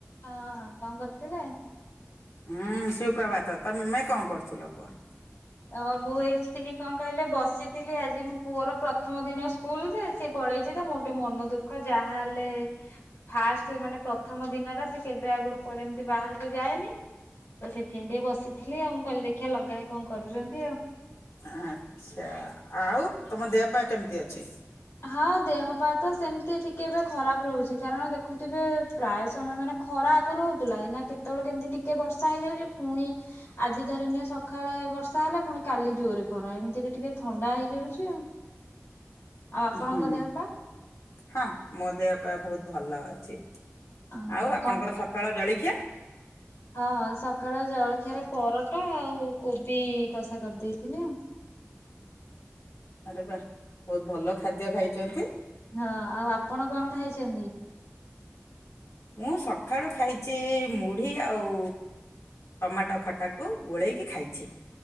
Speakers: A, on the left; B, on the left.
A: ହଁ ହଁ କଣ କରୁଥିଲେ?
B: ହୁଁ ସୁପ୍ରଭାତ ତମେ କଣ କରୁଥିଲ କୁହ?
A: ଓ ମୁଁ ଏଇଠି ଟିକେ କଣ କହିଲେ ବସିଥିଲି ଆଜି ମୋ ପୁଅର ପ୍ରଥମ ଦିନ ଶୁ ସ୍କୁଲଯେ ସିଏ ପଳେଇଛି ତ ମୋର ଟିକେ ମନ ଦୁଃ ଯାହାହେଲେ ଫାଷ୍ଟ ମାନେ ପ୍ରଥମ ଦିନ ଟା ସେ କେବେ ଆଗରୁ କଆଡ଼େ ଏମିତି ବାହାରକୁ ଯାଏନି ତ ସେଥିପାଇଁ ଟିକେ ବସିଥିଲ ଆଉ ମୁଁ କହିଲି ଦେଖିବା ଲଗାଏ କଣ କ କରୁଛନ୍ତି ଆଉ?
B: ଆଚ୍ଛା ଆଉ ତମ ଦେହ ପା କେମିତି ଅଛି?
A: ହଁ ଦେହ ପା ତ ସେମିତି ଟିକେ ଏବେ ଖରାପ ରହୁଛି କାରଣ ଦେଖୁଥିବେ ପ୍ରାୟ ସମୟ ମାନେ ଖରା ଆଗରୁ ହଉଥିଲା ଏଇନା କେତେବେଳେ କେମିତି ଟିକେ ବର୍ଷା ହେଇଯାଉଛି ଫୁଣି ଆଜି ଧରି ନିିଅ ସକାଳେ ବର୍ଷା ହେଲେ ପୁଣି କାଲି ଜୋରେ ଖରା ଏମିତିରେ ଟିକେ ଥଣ୍ଡା ହେଇଯାଉଛି ଆଉ ଆଉ ଆପଣଙ୍କ
B: ହୁଁ।
A: ଦେହ ପା?
B: ହଁ ମୋ ଦେହ ପା ବହୁତ ଭଲ ଅଛି
A: ଅ
B: ଆଉ ଆପଣଙ୍କର
A: କଣ?
B: ସ କାଳ ଜଳିଖିଆ?
A: ହଁ ସକାଳ ଜଳଖିଆରେ ପରଟ ଆଉ କୋବି କଷା କରିଦେଇଥିଲି ଆଉ।
B: ଆରେ ବାଃ ବହୁତ ଭଲ ଖାଦ୍ୟ ଖାଇଛନ୍ତି।
A: ହଁ ଆଉ ଆପଣ କଣ ଖାଇଛନ୍ତି?
B: ମୁଁ ସଖାଳୁ ଖାଇଛି ମୁଢ଼ି ଆଉ ଟମାଟୋ ଖଟାକୁ ଗୋଳେଇକି ଖାଇଛି।